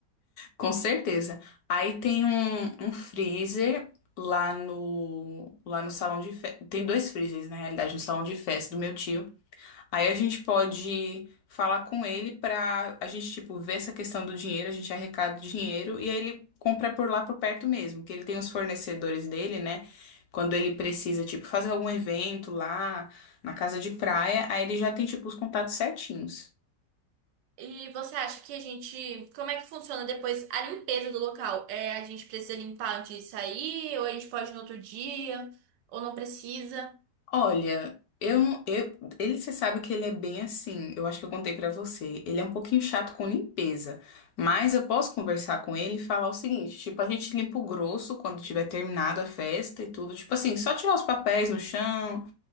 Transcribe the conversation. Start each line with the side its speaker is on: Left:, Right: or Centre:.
Left: Com certeza. Aí tem um, um freezer lá no, lá no salão de festa. Tem dois freezers, na realidade, no salão de festa do meu tio. Aí a gente pode falar com ele pra a gente, tipo, ver essa questão do dinheiro, a gente arrecada o dinheiro e aí ele compra por lá por perto mesmo, que ele tem os fornecedores dele, né? Quando ele precisa, tipo, fazer algum evento lá na casa de praia, aí ele já tem, tipo, os contatos certinhos.
Right: E você acha que a gente. Como é que funciona depois a limpeza do local? É, a gente precisa limpar antes de sair, ou a gente pode ir no outro dia, ou não precisa?
Left: Olha, eu, não- eu ele você sabe que ele é bem assim. Eu acho que eu contei pra você. Ele é um pouquinho chato com limpeza, mas eu posso conversar com ele e falar o seguinte, tipo, a gente limpa o grosso quando tiver terminado a festa e tudo, tipo assim, só tirar os papéis no chão,